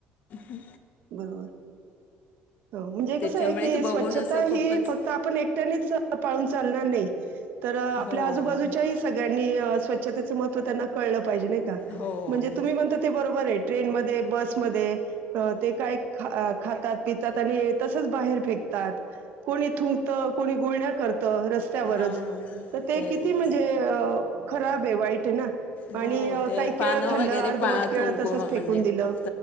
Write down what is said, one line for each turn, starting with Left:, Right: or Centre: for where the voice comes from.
Left: ह
Right: बरोबर म्हणजे कसं
Left: त्याच्यामुळे
Right: आहे की
Left: ते
Right: स्वच्छता
Left: बघून असं
Right: ही
Left: खूपच
Right: फक्त आपण एकट्यानेच पाळून चालणार नाही तर आपल्या
Left: हो
Right: आजूबाजूच्याही सगळ्यांनी स्वच्छतेचं महव त्यांना कळलं नाही का
Left: हो
Right: म्हणजे तुम्ही म्हण ते बरोबर आहे ट्रेनमध्ये बसमध्ये ते काय खातात पितात आणि तसच बाहेर फेकतात कोणी थुंकतात कोणी गुळण्या करतात रस्त्यावरच
Left: हां
Right: तर ते
Left: तेच
Right: किती म्हणजे खराब आहे वाईट आहे ना.
Left: हो
Right: आणि अ,
Left: ते
Right: काही केळं
Left: पानं
Right: खाल्लं
Left: वगैरे
Right: अर्धवट केळं
Left: थुंकतात
Right: तसंच फेकून
Left: म्हणजेु
Right: दिलं.